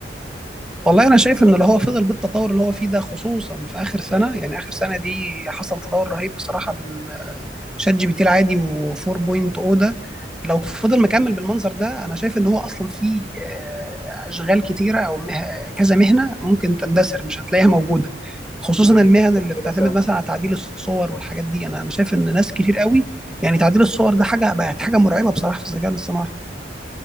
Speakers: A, in the centre; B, on the left.
A: والله انا شايف ان اللي هو فضل بالتطور اللي هو فيه ده خصوصا في اخر سنه يعني اخر سنه دي حصل تطور رهيب بصراحه بال شات جي بي تي العادي و4.0 ده لو فضل مكمل بالمنظر ده انا شايف ان هو اصلا في آه، اشغال كتيره او مه... كذا مهنه ممكن تندثر مش هتلاقيها موجوده خصوصا
B: زي إيه؟
A: المهن
B: زي
A: اللي بتعتمد
B: إيه مثلا
A: مثلا على تعديل الصور والحاجات دي انا انا شايف ان ناس كتير قوي يعني تعديل الصور ده حاجه بقت حاجه مرعبه بصراحه في الذكاء الاصطناعي